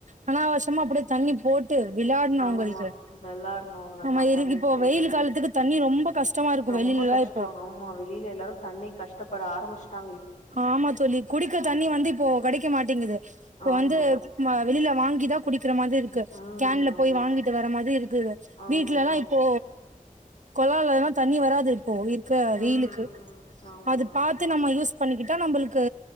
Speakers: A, on the right (about 60°); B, on the left (about 60°).
A: ஆனாவஷ்யமா அப்படியே தண்ணி போட் டு விளையாடுனு அவுங்களுக்கு
B: ஆமா வெளாட்ணு அவ்ளோதா
A: நம்ம இரு
B: தண்ணி
A: இப்போ
B: போது
A: வெயில் காலத்துக்கு தண்ணி ரொம்ப கஷ் ஷ்டமா இருக்கு
B: ரொம்ப
A: வெளிலலா
B: கஷ்டோ
A: இப்போ
B: ஆமா வெளியில எல்லாரு தண்ணிக் கஷ்டப்பட ஆரம்மிச்சுட்டாங்க
A: ஆமா தோழி குடிக்க தண்ணி வந்து இப்போ கடைக்க மாட்டேங்குது இப்ப
B: ஆமா
A: வந்து நம்ம வெளியில வாங்கி தா குடிக்கிற மாரி இருக் கு
B: ம்
A: கேன்ல
B: ஆமா
A: போய் வாங்கிட்டு வர மாதிரி இருக்குது
B: ஆமா
A: வீட்ல எல்லா இப்போ கொழாலல்லா தண்ணி வராது இப்போ இருக்க
B: ம்
A: வெயிலுக்கு
B: ம் ஆமா
A: அது
B: ஆமா ஆமா
A: பாத்து நம்ம யூஸ் பண்ணிக்கிட்டா நம்பளுக்கு